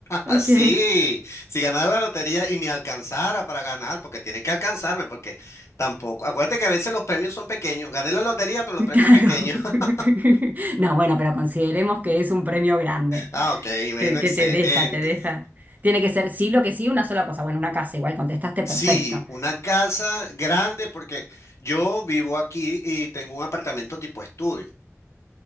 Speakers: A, on the left (about 60°); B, on the right (about 35°).
A: Así,
B: ok,
A: si ganara la lotería y me alcanzara para ganar, porque tiene que alcanzarme, porque tampoco. Acuérdate que a veces los premios son pequeños. Gané la lotería, pero los premios
B: claro.
A: pequeños. <laughs>
B: <laughs> No, bueno, pero consideremos que es un premio grande,
A: Ah, ok, bueno,
B: que,
A: excelente.
B: que te deja, te deja. Tiene que ser sí, lo que sí, una sola cosa. Bueno, una casa, igual contestaste perfecto.
A: Sí, una casa grande, porque yo vivo aquí y tengo un apartamento tipo estudio.